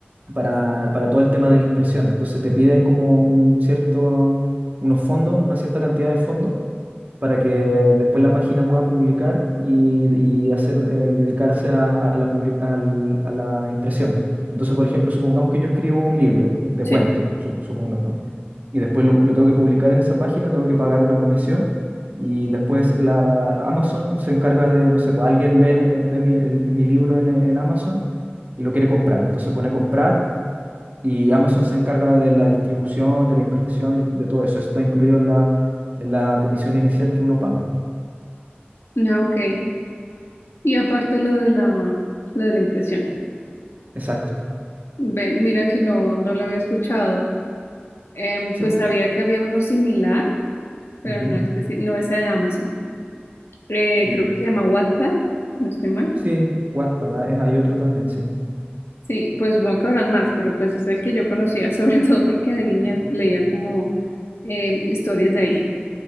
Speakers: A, on the right; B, on the left.
A: para, para todo el tema de la impresión. Entonces te piden como un cierto unos fondos, una cierta cantidad de fondos para que después la página pueda publicar y, y hacer, eh, dedicarse a, a la public- al- a la impresión. Entonces, por ejemplo, supongamos que yo escribo un libro de
B: Sí,
A: cuentos, su- supongamos, y después lo, lo tengo que publicar en esa página, tengo que pagar una comisión y después la Amazon se encarga de, no sé, pues, alguien ve, eh, ve mi, el- mi libro en, en Amazon y lo quiere comprar. Entonces pone comprar y Amazon se encarga de la distribución, de la impresión y de todo eso. Está incluido en la en la comisión inicial que uno paga.
B: ah, ok. Y aparte lo de la, lo de la impresión.
A: Exacto.
B: Ve, mira que no, no lo había escuchado. Em,
A: Sí,
B: pues
A: po.
B: sabía que había uno similar, pero
A: Ujú.
B: no, especi- no ese de Amazon. Eh,
A: Y,
B: creo que se llama Wattpad, si no estoy mal.
A: sí, Wattpad, ah, es- hay otro también, sí.
B: Sí, pues supongo que habrán más, pero pues es el que yo conocía, <laughs> sobre todo porque de niña leía como em, historias de ahí